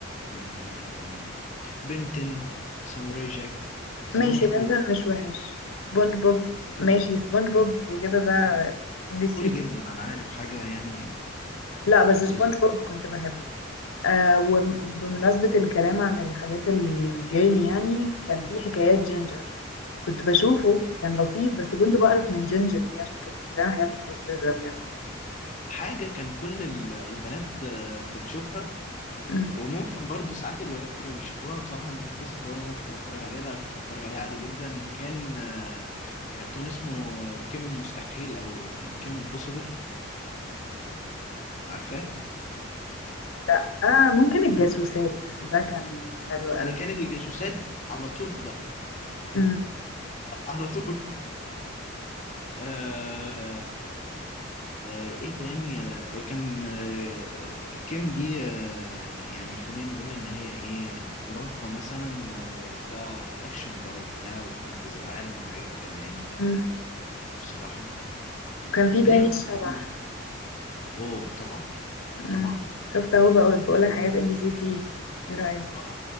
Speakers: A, on the left; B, on the left.
A: يعني آه، بنتن ساموراي جاك سبونج
B: ماشي بنتن
A: بوب
B: مش وحش سبونج بوب ماشي سبونج بوب وكده ده ام بي سي
A: قولي جدا انا عارف حاجه يعني
B: لا
A: مقززه
B: بس سبونج بوب كنت بحبه آه وبمناسبة الكلام عن الحاجات الجيرلي يعني كان في حكايات جينجر كنت بشوفه كان لطيف بس كنت بقرف من جينجر دي عشان كانت بتعمل حاجات مقززة بجد
A: حاجه كان كل ال- البنات آه، بتشوفها
B: مم.
A: وممكن برضو ساعات الولاد كانوا بيشوفوها بصراحه مش هتكسف اقول إن انا كنت بتفرج عليها لا كنت بتفرج عليها عادي جدا كان آه، كرتون اسمه آه، كيمن مستحيل او آه، كيمن بوسيبل عارفاه
B: لا آه ممكن الجاسوسات ده كان حلو قوي
A: انا كانت الجاسوسات على طول في ظهري
B: مم.
A: <laughs> على طول آه، آه، ايه تاني آه، كان آه، كيم دي آه، يعني خلينا نقول ان هي ايه آه، مراهقة مثلا و- وبقى اكشن بقى وبتاع وبتنقذ العالم وحاجات كده يعني
B: مم.
A: بصراحة
B: وكان في داني
A: خلينا نقول
B: الشبح
A: اوه طبعا
B: مم.
A: طبعا
B: شفت اهو بقول بقولك حاجات ام بي سي 3 ايه رأيك
A: اه